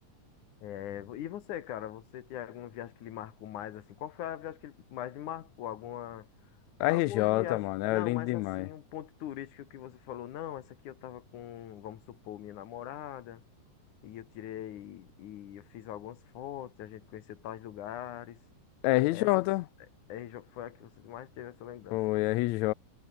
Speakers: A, on the left (about 65°); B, on the left (about 80°).
A: É, e você, cara, você tem alguma viagem que lhe marcou mais assim? Qual foi a viagem que lhe mais lhe marcou? Alguma,
B: RJ,
A: alguma viagem?
B: mano,
A: Não,
B: é lindo
A: mas
B: demais.
A: assim, um ponto turístico que você falou, não, essa aqui eu tava com, vamos supor, minha namorada, e eu tirei, e eu fiz algumas fotos, e a gente conheceu tais lugares.
B: RJ,
A: Essa f- é, é, já foi a que você mais teve essa lembrança.
B: foi RJ,